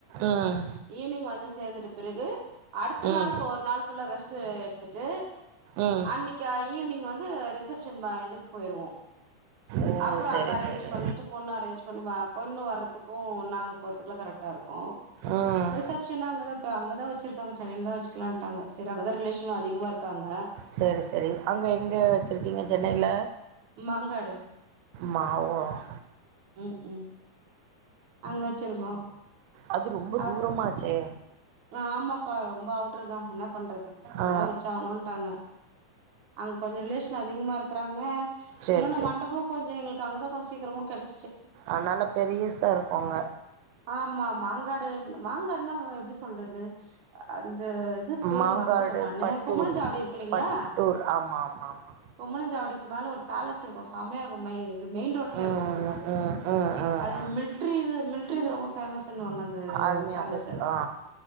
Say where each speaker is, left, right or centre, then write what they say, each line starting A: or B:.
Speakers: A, on the right; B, on the right.
A: ம்
B: ஈவினிங் வந்து சேர்ந்துட்டு பிறகு அடுத்த
A: ம்
B: நாள் ஒரு நாள் ஃபுல்லா ரெஸ்ட் எடுத்துட்டு
A: ம்
B: அன்னைக்கு ஈவினிங் வந் து ரிசப்ஷன் மா இதுக்கு போயிருவோ
A: ஓ
B: அப்புறோ
A: செரி
B: அங்க அரேஞ்ச்
A: செரி
B: பண்ணிட்டு பொண்ணு அரேஞ்ச் பண்ணுவா பொண்ணு வர்றதுக்கு நாங்க போறதுக்குலா கரெக்டா இருக்கு
A: ம்
B: ரிசப்ஷன அங்கதாபா அங்கதா வச்சிருக்காங்க சென்னைல தா வச்சுக்கலான்ட்டாங்க சரி அங்கதா ரிலேஷன் அதிகமா இருக்காங்க
A: செரி செரி அங்க எங்க வச்சிருக்கீங்க சென்னைல
B: மாங்காடு
A: மாவோ ம்
B: உம் உம் அங்க வச்சிருக்கோ
A: அது ரொம்ப
B: அது
A: தூரமாச்சே
B: ஆமாப்பா ரொம்ப அவுட்டுடர்தா என்ன பண்றது அங்கதா
A: ஆ
B: வச்சாகணுன்ட்டாங்க அங்க கொஞ்ச ரிலேஷன் அதிகமா இருக்கறாங்க
A: சேரி
B: இன்னொன்னு மண்டபம் கொஞ்ச எங்களுக்கு அங்கதா கொஞ்ச சீக்கிரமு கெடச்
A: ஆனாலு பெரியசா இருக்கு அங்க
B: ஆமா மாங்காடு மாங்காடுனா எப்டி சொல்றது அந்த பேரு
A: மாங்காடு
B: மறந்துட்ட நானு
A: பட்டூர்
B: குமரஞ்சாவடி இருக்கு இல்லைங்களா
A: பட்டூர் ஆமா ஆமா ஆமா
B: குமரஞ்சாவடிக்கு மேல ஒரு பேலஸ் இருக்கு செமையாக்கும்ப மெயின் ரோட்ல
A: ம்
B: இருக்கு பாருங்க அது
A: ம் ம் ம்
B: அது மில்ட்ரி மில்ட் து ரொம்பஃபேமஸ்சா னுவாங்க அந்த
A: ஆர்மி
B: பேலஸ்சா
A: ஆஃபீஸ் ஆ